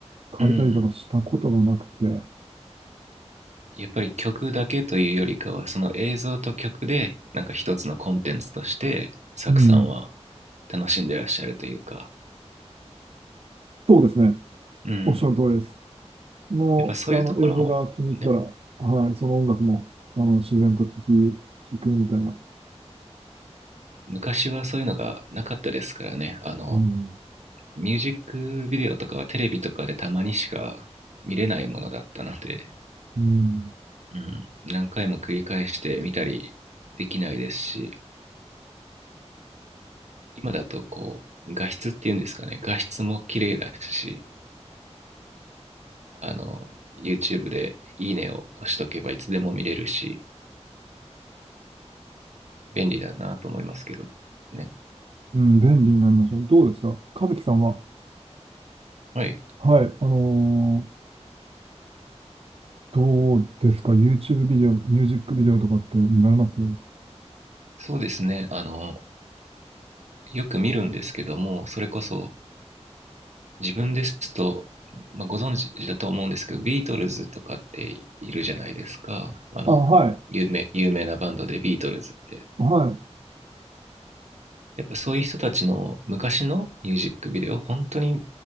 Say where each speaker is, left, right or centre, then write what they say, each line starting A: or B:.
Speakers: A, on the right; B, on the right.
A: 借りたりとかしたことがなくて、
B: うん。やっぱり曲だけというよりかは、その映像と曲で、なんか一つのコンテンツとして、サクさんは
A: うん、
B: 楽しんでらっしゃるというか、
A: そうですね。
B: うん。
A: おっしゃる通りです。もう、
B: やっぱそういうところも、
A: あの、映像が気に入ったら、
B: ね。
A: はい、その音楽も、あの、自然と聞き、聞くみたいな。
B: 昔はそういうのがなかったですからね。あの、
A: うん、
B: ミュージックビデオとかはテレビとかでたまにしか見れないものだったので、
A: うん、
B: うん、何回も繰り返して見たりできないですし、今だとこう、画質っていうんですかね、画質も綺麗だし、あの、YouTube でいいねを押しとけばいつでも見れるし、便利だなと思いますけどね。
A: うん、便利になりました。どうですか和樹さんは、
B: はい。
A: はい、あのーどうですか ?YouTube ビデオ、ミュージックビデオとかって見られます
B: そうですね。あの、よく見るんですけども、それこそ自分ですと、まあ、ご存知だと思うんですけど、ビートルズとかっているじゃないですか。あの、
A: あ、はい、
B: 有名、有名なバンドでビートルズって。
A: はい、
B: やっぱそういう人たちの昔のミュージックビデオ、本当に